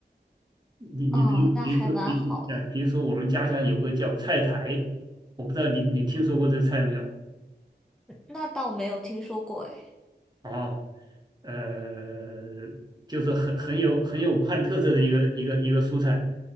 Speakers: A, on the right (about 25°); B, in the centre.
A: 你你比比如说你你呃，
B: 嗯，那还蛮好的。
A: 比如说我们家乡有个叫菜苔，我不知道你你听说过这个菜没有？
B: 那倒没有听说过，诶，
A: 哦，呃，就是很很有很有武汉特色的一个一个一个蔬菜